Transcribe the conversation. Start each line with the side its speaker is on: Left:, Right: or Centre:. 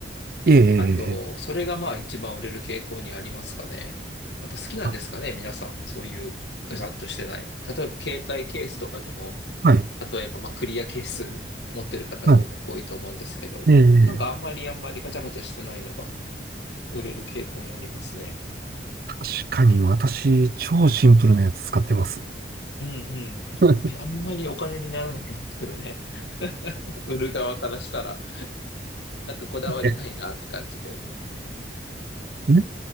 Right: ええ、ええ、
Left: あと、
Right: ええ
Left: それがまあ一番売れる傾向にありますかね。やっぱ好きなんですかね、
Right: あ、
Left: 皆さん。そういうガチャっとしてない。例えば携帯ケースとかでも、
Right: はい。
Left: 例えば、まあ、クリア係数持ってる方多か多いと思うんですけど、
Right: はい。ええ、
Left: なんかあんまりあんまりガチャガチャしてないのが売れる傾向にありますね。
Right: 確かに私、超シンプルなやつ使ってます。
Left: うんうん。
Right: <laughs>
Left: えあんまりお金にならないんですけどね。<laughs> 売る側からしたら、なんかこだわりないなって感じで。
Right: え、ね